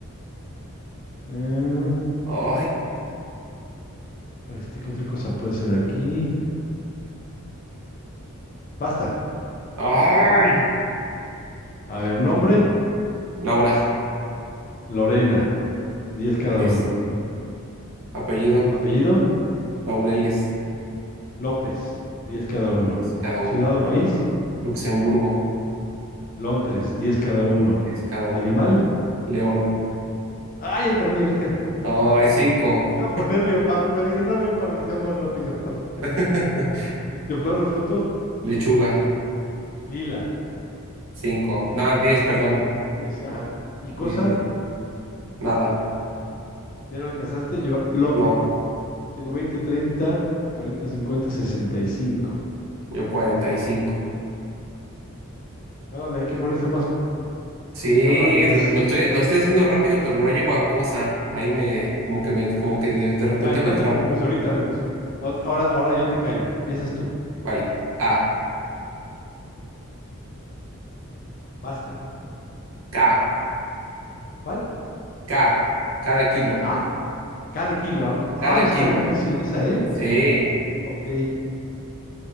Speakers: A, on the left; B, on the right.
A: eh,
B: Ay,
A: este, ¿qué otra cosa puede ser aquí? Basta.
B: ay.
A: A ver, nombre,
B: Laura,
A: Lorena, 10 cada
B: diez
A: uno.
B: Apellido,
A: Apellido,
B: Laureles,
A: López, 10 cada uno.
B: 10 cada
A: Ciudad
B: uno.
A: o país,
B: Luxemburgo,
A: Londres, diez cada uno.
B: 10 cada
A: Animal,
B: uno. León,
A: ah, yo también, <laughs> Leo.
B: ay, cinco
A: Iba a poner leopardo, pero dije, no, león, para que sea más rápido.
B: <laughs>
A: Este, flor o fruto,
B: Lechuga,
A: lila.
B: cinco
A: Es-
B: No, diez perdón.
A: es, ajá. Y cosa,
B: diez diez 10. Nada,
A: ya no alcanzaste, yo, lote.
B: no,
A: Entonces tengo veinte, treinta, cuarenta, cincuenta, sesenta y cinco.
B: yo cuarenta y cinco
A: Órale, hay que ponerse más,
B: Sí,
A: más rapidez.
B: lo, lo estoy, lo estoy haciendo rápido, pero no llego a cosa. Ahí me, como que me, como que de, de repente
A: Bueno,
B: me
A: no
B: trabo.
A: te preocupes, ahorita vemos. Ot- Ahora, ahora yo te callo. Empiezas tú.
B: Vale. A,
A: Basta.
B: K.
A: ¿Cuál?
B: K, K de kilo,
A: Ah, cada kilo. Ah,
B: K de
A: está
B: kilo.
A: difícil esa, ¿eh?
B: Sí.
A: Ok.